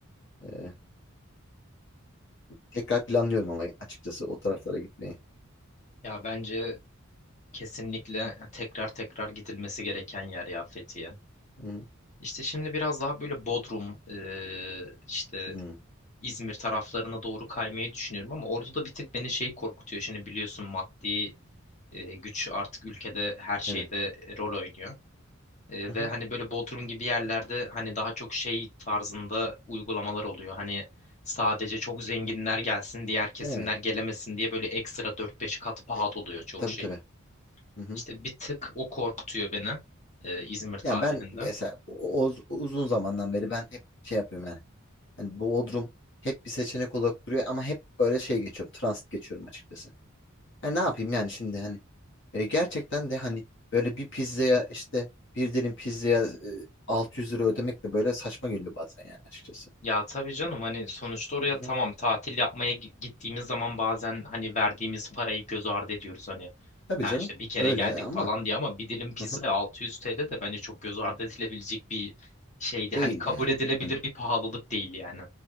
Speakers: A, on the left; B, on the left.
A: Ee, tekrar planlıyorum ama açıkçası o taraflara gitmeyi.
B: Ya bence kesinlikle tekrar tekrar gidilmesi gereken yer ya Fethiye.
A: Hı
B: İşte şimdi biraz daha böyle Bodrum, e, işte
A: hı.
B: İzmir taraflarına doğru kaymayı düşünüyorum ama orada da bir tık beni şey korkutuyor. Şimdi biliyorsun maddi e, güç artık ülkede her şeyde
A: Evet.
B: rol oynuyor. E,
A: Aha.
B: ve hani böyle Bodrum gibi yerlerde hani daha çok şey tarzında uygulamalar oluyor. Hani sadece çok zenginler gelsin, diğer kesimler
A: Evet.
B: gelemesin diye böyle ekstra dört beş kat pahalı
A: E,
B: oluyor çoğu
A: tabii
B: şey.
A: tabii. Hı hı.
B: İşte bir tık o korkutuyor beni e, İzmir tatilinde.
A: Ya ben mesela o, o- uzun zamandan beri ben hep şey yapıyorum yani. Hani Bodrum hep bir seçenek olarak duruyor ama hep böyle şey geçiyorum. Transit geçiyorum açıkçası. Hani ne yapayım yani şimdi hani e, gerçekten de hani böyle bir pizzaya işte bir dilim pizzaya e, 600 lira ödemek de böyle saçma geliyor bazen yani açıkçası.
B: Ya tabii canım hani sonuçta oraya
A: Hı
B: tamam
A: hı.
B: tatil yapmaya gi- gittiğimiz zaman bazen hani verdiğimiz parayı göz ardı ediyoruz hani.
A: Tabii
B: Ha
A: canım
B: işte bir kere
A: öyle
B: geldik
A: ama
B: falan diye ama bir dilim pizza
A: hı hı.
B: 600 TL de bence çok göz ardı edilebilecek bir şeydi. Hani
A: Değil
B: kabul
A: yani.
B: edilebilir
A: Hani
B: bir pahalılık değil yani.